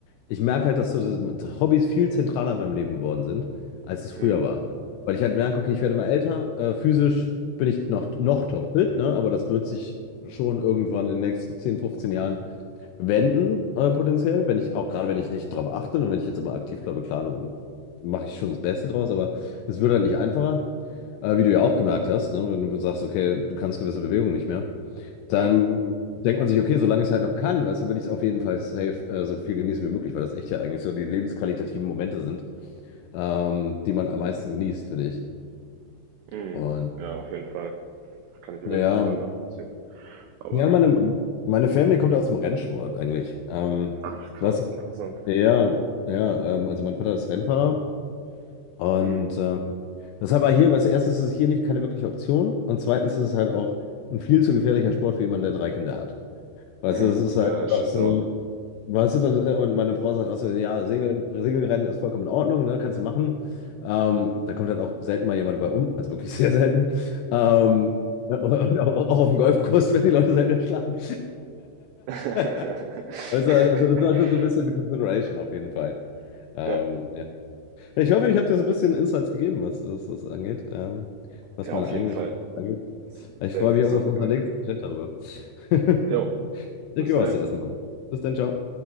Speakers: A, on the left (about 85°); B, on the right (about 85°).
A: ich merke halt, dass so das- Hobbys viel zentraler in meinem Leben geworden sind, als es früher
B: Mhm.
A: war. Weil ich halt merke, okay, ich werde immer älter, äh, physisch bin ich noch, noch topfit, ne? Aber das wird sich schon irgendwann in den nächsten 10, 15 Jahren wenden, äh, potenziell. Wenn ich, auch gerade wenn ich nicht drauf achte und wenn ich jetzt immer aktiv bleibe, klar, dann mache ich schon das Beste draus, aber es wird halt nicht einfacher. Äh, wie du ja auch gemerkt hast, ne? Wenn du sagst, okay, du kannst gewisse Bewegungen nicht mehr. Dann
B: Ja.
A: denkt man sich, okay, solange ich es halt noch kann, weißt du, will ich es auf jeden Fall safe äh, so viel genießen wie möglich, weil das echt ja eigentlich so die lebensqualitativen Momente sind, ähm, die man am meisten genießt, finde ich.
B: Mhm.
A: Und
B: Ja, auf jeden Fall. Kann ich auf
A: ja,
B: jeden Fall voll nachvollziehen. Aber,
A: ja, meine, meine Family kommt aus dem Rennsport eigentlich. Ähm,
B: ach krass,
A: was,
B: interessant.
A: ja, ja, ähm, also mein Vater ist Rennfahrer und
B: Mhm.
A: ähm, das ist aber hier, weißt du, erstens ist es hier nicht keine wirkliche Option und zweitens ist es halt auch ein viel zu gefährlicher Sport für jemanden, der drei Kinder hat. Weißt
B: Mhm.
A: du, es ist halt
B: Ja, das
A: einfach
B: stimmt
A: so.
B: auch.
A: Weißt du, das, äh, und meine Frau sagt auch so, ja, Segeln, Segelrennen ist vollkommen in Ordnung, ne, kannst du machen. Ähm, da kommt halt auch selten mal jemand bei um, also wirklich sehr selten. Ähm, und auch, auch auf dem Golfkurs werden die Leute selten erschlagen.
B: <laughs>
A: <laughs> Also, also das war schon so ein bisschen eine Consideration auf jeden Fall. Ähm,
B: Ja,
A: ja. Ich hoffe, ich habe dir so ein bisschen Insights gegeben, was was das angeht, ähm, was
B: ja,
A: meine
B: auf
A: eigenen
B: jeden Fall.
A: angeht.
B: Ist
A: Ich
B: sehr
A: freue
B: interessant
A: mich auch auf unseren
B: gewesen.
A: nächsten Chat darüber. <laughs>
B: Jo,
A: Ich
B: bis
A: gebe
B: dahin.
A: was zu essen, Mann. Bis dann, ciao.